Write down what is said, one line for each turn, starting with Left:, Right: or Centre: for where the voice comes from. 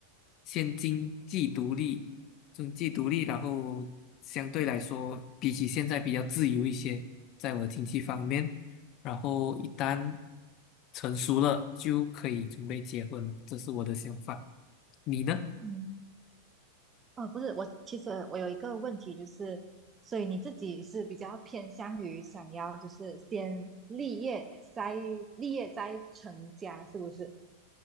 Left: 先经济独立，经济独立，然后相对来说，比起现在比较自由一些，在我的经济方面。然后一旦成熟了，就可以准备结婚了，这是我的想法。你呢？
Right: 嗯。哦，不是，我其实我有一个问题，就是，所以你自己是比较偏向于想要就是先立业再立业再成家，是不是？